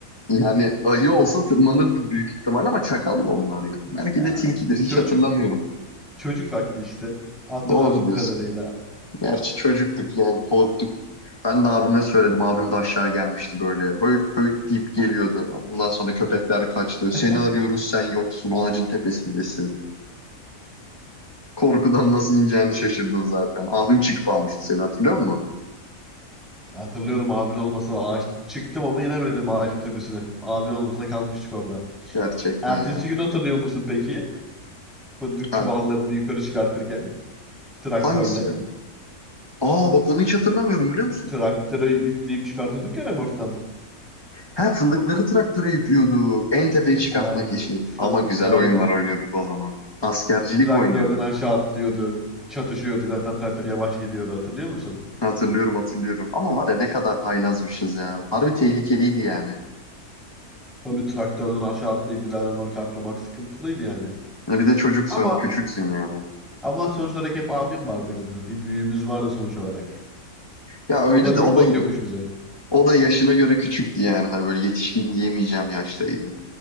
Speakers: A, on the left; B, in the centre.
A: Yani ayı olsa tırmanırdı büyük ihtimal ama çakal da onlar ya. Belki
B: Ya
A: de tilkidir hiç
B: çocuk
A: hatırlamıyorum.
B: çocuk haklı işte. Hatırladığım
A: Doğru diyorsun.
B: kadarıyla.
A: Gerçi çocuktuk yani korktuk. Ben de abime söyledim. Abim de aşağı gelmişti böyle. Höyt höyt deyip geliyordu. Ondan sonra köpekler kaçtı. Seni
B: <laughs>
A: arıyoruz sen yoksun ağacın tepesindesin. Korkudan nasıl ineceğini şaşırdın zaten. Abim çıkıp almıştı seni hatırlıyor musun?
B: Hatırlıyorum abin olmasa ağaç çıktım ama inemedim ağacın tepesine. Abin olmasa kalmıştık orada.
A: Gerçekten
B: Ertesi
A: ya.
B: gün hatırlıyor musun peki? Fındık çuvallarını
A: Er-
B: yukarı çıkartırken traktörle.
A: hangisi ya? Aa bak onu hiç hatırlamıyorum biliyor musun?
B: Traktöre yükleyip çıkartıyorduk ya remorttan.
A: Ha fındıkları traktöre yüklüyorduk. En tepeye çıkartmak
B: Aynen.
A: için.
B: Fındık
A: Ama güzel
B: aynen.
A: oyunlar oynuyorduk o zaman. Askercilik
B: Traktörden
A: oynuyorduk.
B: aşağı atlıyordu. Çatışıyordu. Zaten traktör yavaş gidiyordu hatırlıyor musun?
A: Hatırlıyorum hatırlıyorum. Ama var ya ne kadar haylazmışız ya. Harbi tehlikeliydi yani.
B: Tabii traktörden aşağı atlayıp bir daha remork atlamak sıkıntılıydı yani.
A: Ya bir de çocuksun,
B: Ama
A: küçüksün yani.
B: ama sonuç olarak hep abim vardı yanımızda. Bir büyüğümüz vardı sonuç olarak.
A: Ya öyle
B: O da iyi
A: de o
B: bakıyormuş
A: da
B: bize.
A: o da yaşına göre küçüktü yani. Hani böyle yetişkin diyemeyeceğim yaştaydı.